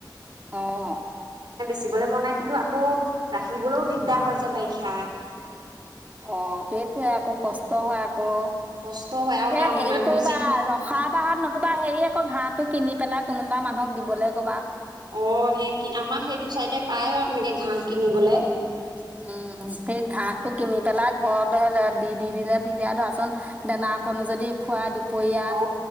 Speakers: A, on the right; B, on the right.
A: অ'
B: চিবলৈ মন নাই কিন্তু আকৌ ৰাখিবলৈও দিগদাৰ হয় যে বাৰিষা
A: অ' সেইটোয়ে আকৌ কষ্ট হয়। আকৌ এ!
B: কষ্ট হয় আৰু মা-মানুহ
A: হেৰি কৰিবা
B: যি
A: ৰখা বাহাত নতুবা হেৰি আকৌ ঘাঁহটোক কিনি পেলাই কোনোবা মানুহক দিবলৈ ক'বা।
B: অ' সেই কি আমাক সেইটো চাইডে পায় আৰু তেনেকে ঘাঁহ কিনিবলৈ।
A: উ'ম। সেই ঘাঁহটো কিনি পেলাই ঘৰত দি দি দিলে। তেতিয়া ধৰাচোন দানাকণো যদি খুৱাই দুপৰীয়া
B: অ